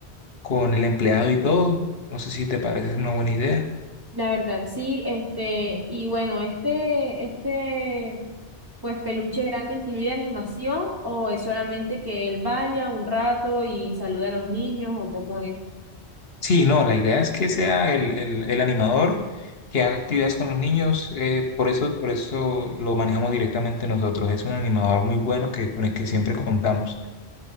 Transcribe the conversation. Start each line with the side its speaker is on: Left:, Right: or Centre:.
Left: con el empleado y todo. No sé si te parece una buena idea.
Right: La verdad, sí, este, y bueno, este, este, pues peluche grande incluye animación o es solamente que él vaya un rato y salude a los niños o cómo es.
Left: Sí, no, la idea es que sea el, el, el animador que haga actividades con los niños, eh, por eso, por eso lo manejamos directamente nosotros. Es un animador muy bueno que, con el que siempre contamos.